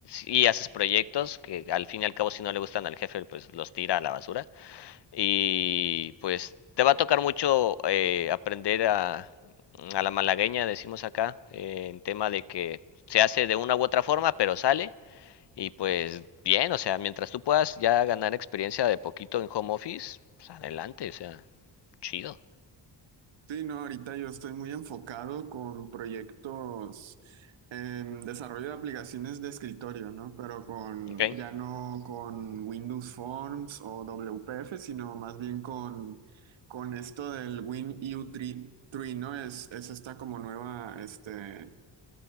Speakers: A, on the left; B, on the right.
A: Y haces proyectos que al fin y al cabo si no le gustan al jefe pues los tira a la basura y pues te va a tocar mucho eh, aprender a, a la malagueña decimos acá eh, en tema de que se hace de una u otra forma pero sale y pues bien, o sea, mientras tú puedas ya ganar experiencia de poquito en home office, pues adelante, o sea, chido.
B: Sí, no, ahorita yo estoy muy enfocado con proyectos en desarrollo de aplicaciones de escritorio, ¿no? Pero con,
A: okay
B: ya no con Windows Forms o WPF, sino más bien con, con esto del WinU3, ¿no? Es, es esta como nueva, este,